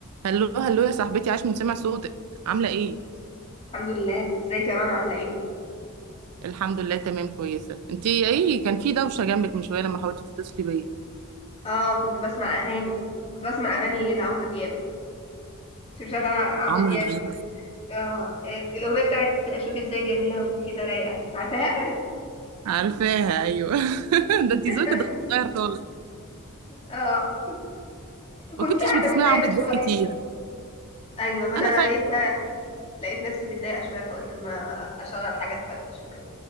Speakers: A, on the right; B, on the left.
A: هلو هلو يا صاحبتي عاش من سمع صوتك عامله ايه
B: الحمد لله ازيك يا رنا عامله ايه
A: الحمد لله تمام كويسه انت ايه كان في دوشه جنبك من شويه لما حاولتي تتصلي بيا
B: اه كنت بسمع اغاني كنت بسمع اغاني لعمرو دياب كنت مشغله عمرو
A: عمرو
B: دياب
A: دياب
B: اه إيه، الاغنيه بتاعت شوفي ازاي جميله وانت كده رايقه عارفاها
A: عارفاها ايوه <laughs> ده انت
B: <laughs>
A: ذوقك اتغير خالص
B: اه
A: ما
B: كنت
A: كنتش
B: قاعده
A: بتسمعي
B: متضايقه
A: عمرو دياب
B: شويه
A: كتير
B: ايوه ما انا
A: انا فاكره
B: لقيت بقى لقيت نفسي متضايقه شويه فقلت ما اشغل حاجه تفرفش وكده